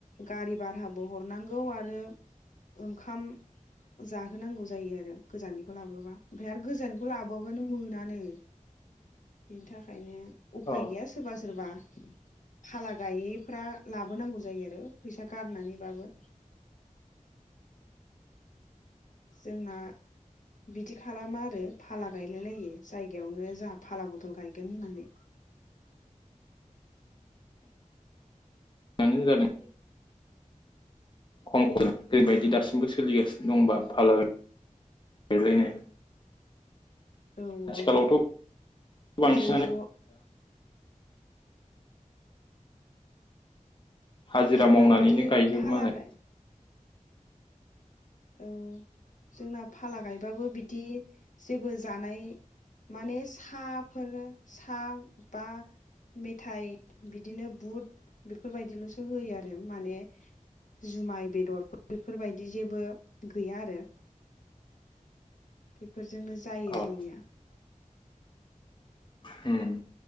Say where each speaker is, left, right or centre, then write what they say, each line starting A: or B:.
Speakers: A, on the left (about 70°); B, on the left (about 35°).
A: गारि भाराबो हरनांगौ आरो ओंखाम जाहोनांगौ जायो आरो गोजाननिखौ लाबोबा। ओमफ्राय आरो गोजाननिखौ लाबोआबानो मोनानो बिनि थाखायनो। उफाय
B: अ
A: गैया सोरबा सोरबा। खाला गायैफ्रा लाबोनांगौ जायो आरो फैसा गारनानैबाबो। जोंना बिदि खालामा आरो फाला गायलायलायो जायगायावनो जोंहा फाला बदल गायगोन होननानै।
B: मानो जादों? <unintelligible> ओरैबायदि
A: औ
B: दासिमबो सोलिगासिनो दंबा फाला गायलायनाय
A: औ
B: आथिखालावथ'
A: औ
B: बांसिनानो
A: ज' ज'
B: हाजिरा
A: जोंना
B: मावनानैनो
A: बिदि
B: गायजोबो
A: फाला
B: मालाय
A: गाय औ जोंना फाला गायबाबो बिदि जेबो जानाय माने सा फोर सा बा मेथाइ बिदिनो बुट बेफोरबायदिल'सो होयो आरो माने जुमाय बेदरफोर बेफोरबायदि जेबो गैया आरो बेफोरजोंनो जायो
B: औ
A: जोंनिया।
B: होम।